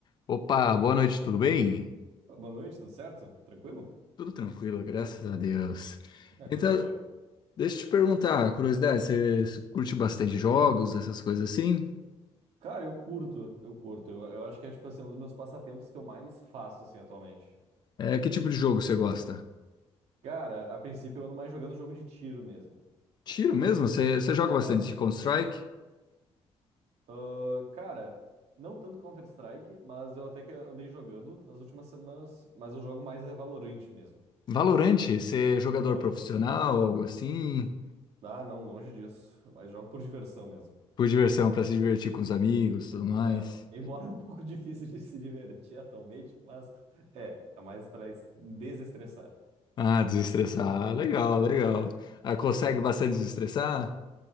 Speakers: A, on the left (about 40°); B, on the right (about 75°).
A: Opa, boa noite, tudo bem?
B: Boa noite, tudo certo? Tranquilo?
A: Tudo tranquilo, graças a Deus.
B: É coisa
A: Então,
B: boa.
A: deixa eu te perguntar, curiosidade, você você curte bastante jogos, essas coisas assim?
B: Cara, eu curto, eu curto. Eu, eu acho que é, tipo assim, um dos meus passatempos que eu mais faço, assim, atualmente.
A: É, que tipo de jogo você gosta?
B: Cara, a princípio eu ando mais jogando jogo de tiro mesmo.
A: Tiro mesmo? Você, você joga bastante
B: Aham.
A: Counter-Strike?
B: Ah, cara, não tanto Counter-Strike, mas eu até que andei jogando nas últimas semanas, mas eu jogo mais é Valorant mesmo.
A: Valorante, você é jogador
B: Aham.
A: profissional, algo assim?
B: Ah, não, longe disso. Mas jogo por diversão mesmo.
A: Por diversão, pra se divertir com os amigos, tudo mais?
B: É. Embora <laughs> é um pouco difícil de se divertir atualmente, mas é, é mais pra es- desestressar.
A: Ah, desestressar, Ah, legal, legal. Ah, consegue
B: Sim.
A: bastante desestressar?